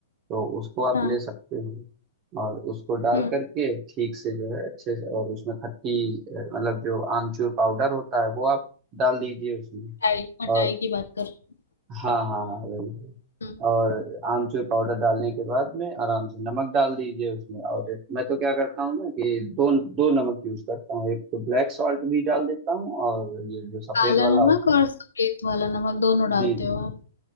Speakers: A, on the right; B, on the left.
A: तो उसको आप
B: हाँ
A: ले सकते हो और उसको डाल
B: हम्म
A: करके ठीक से जो है अच्छे से और उसमें खट्टी अ, मतलब जो आमचूर पाउडर होता है वो आप डाल दीजिए उसमें
B: खटाई खटाई
A: और
B: की बात कर रहे
A: हाँ हाँ हाँ वही वही।
B: हो। हम्म
A: और आमचूर पाउडर डालने के बाद में आराम से नमक डाल दीजिए उसमें और मैं तो क्या करता हूँ ना कि दो दो नमक यूज करता हूँ एक तो ब्लैक सॉल्ट भी डाल देता हूँ और ये जो सफेद
B: काला
A: वाला
B: नमक
A: होता
B: और सफेद वाला नमक दोनों
A: है
B: डालते
A: जी
B: हो
A: जी
B: आप